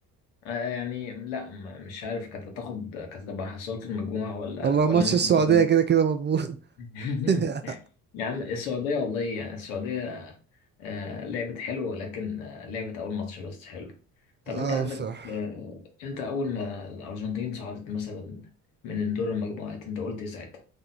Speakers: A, on the left (about 80°); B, on the right (about 25°).
A: آه، يعني لا م- مش عارف كانت هتاخد كانت هتبقى حصلت المجموعة ولا
B: والله
A: ولا
B: ماتش
A: ممكن
B: السعودية
A: تاخد
B: كده كده مضمون
A: <laughs>
B: <laughs>
A: يا عم السعودية والله يعني السعودية آه، لعبت حلو ولكن آه، لعبت أول ماتش بس حلو طب
B: اه
A: أنت عندك
B: بصراحة
A: آه، أنت أول ما الأرجنتين صعدت مثلا من دور المجموعات أنت قلت إيه ساعتها